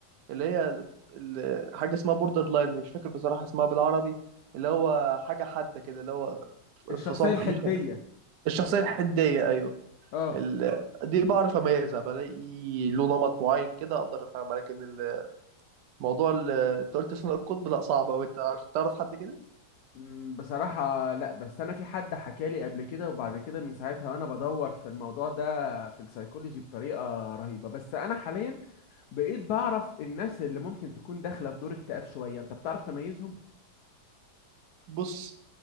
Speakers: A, on the right; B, on the left.
A: اللي هي ال- حاجة اسمها بوردر لاين مش فاكر بصراحة اسمها بالعربي اللي هو حاجة حادة كده اللي هو
B: الشخصية
A: انفصام
B: الحدية
A: مش الشخصية الحدية أيوه
B: اه
A: ال... دي بعرف أميزها بلاقي له نمط معين كده أقدر أفهمها لكن الموضوع اللي أنت قلت ثنائي القطب لا صعب أوي أنت عارف تعرف حد كده؟
B: مم، بصراحة لا بس انا في حد حكالي قبل كده وبعد كده من ساعتها وانا بدور في الموضوع ده في السايكولوجي بطريقة رهيبة بس انا حاليا بقيت بعرف الناس اللي ممكن تكون داخلة في دور اكتئاب شوية انت بتعرف تميزهم
A: بص